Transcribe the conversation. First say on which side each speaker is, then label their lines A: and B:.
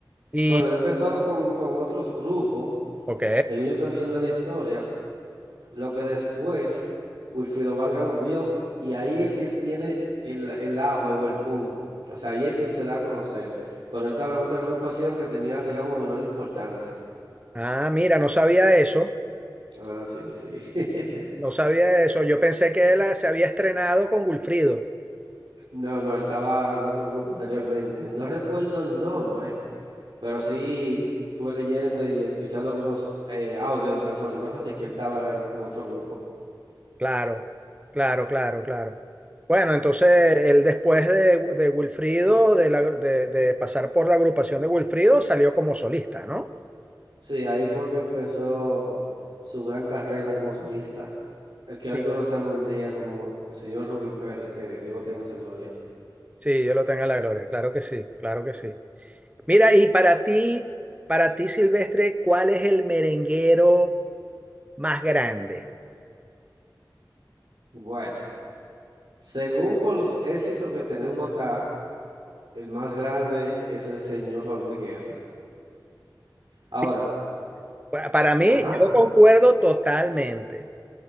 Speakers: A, on the right; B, on the right.
A: Y,
B: Bueno, él empezó con, con otros grupos,
A: ok,
B: según yo estoy viendo la historia, Lo que después Wilfrido Valga lo vio y ahí es que él tiene el, el auge o el pum. O sea, ahí es que él se da a conocer. Pero él estaba en otra agrupación que tenía, digamos, menor importancia.
A: ah, mira, no sabía eso,
B: Ah, sí, sí. <laughs>
A: no sabía eso. Yo pensé que él ah, se había estrenado con Wilfrido.
B: No, no, él estaba en otro grupo anteriormente. No recuerdo el nombre, pero sí estuve leyendo y escuchando algunos eh, audios de personas y cosas así que él estaba era en en otro grupo.
A: Claro, claro, claro, claro. Bueno, entonces él después de, de Wilfrido, de, la- de de pasar por la agrupación de Wilfrido, salió como solista, ¿no?
B: Sí, ahí fue que empezó su gran carrera como solista. El que hoy
A: Sí.
B: conocemos un día como el señor Ruby Pérez, que Dios lo tenga en su gloria.
A: Sí, Dios lo tenga en la gloria, claro que sí, claro que sí. Mira, y para ti, para ti, Silvestre, ¿cuál es el merenguero más grande?
B: Bueno, según por los éxitos que tenemos acá, el más grande es el señor Juan Luis Guerra. Ahora,
A: Sí, pa- para mí,
B: ajá,
A: yo concuerdo totalmente.